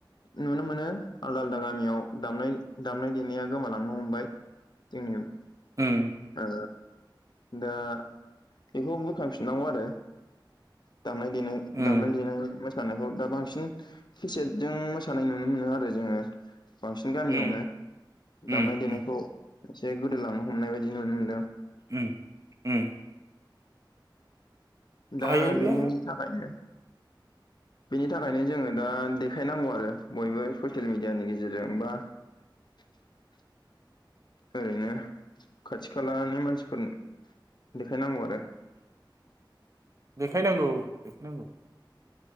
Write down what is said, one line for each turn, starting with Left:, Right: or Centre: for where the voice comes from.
Left: नुनो मोनो आलदा आलदा गामियाव दामनाय दामनाय देनाया गोमालांनो हमबाय। जोंनिनो
Right: उम
Left: ओ दा एखौ बुरखांफिननांगौ आरो दामनाय देनाय
Right: उम
Left: दामनाय देनाय मोस सानायखौ दा बांसिन केेसेटजों मोसानाय नुनो मोनो आरो जोङो। बांसिन गामियावनो
Right: उम
Left: दामनाय
Right: उम
Left: देनायखौ
Right: उम
Left: एसे गोदोलांनो हमनाय बायदि नुनो मोनदों।
Right: उम उम
Left: दा
Right: हायोब्ला
Left: बिनि थाखायनो बेनि थाखायनो जोङो दा देखायनांगौ आरो बयबो ससियेल मिडियानि गेजेरजों बा <unintelligible> ओरैनो खाथि खालानि मानसिफोर देखायनांगौ आरो।
Right: देखायनांगौ देखायनांगौ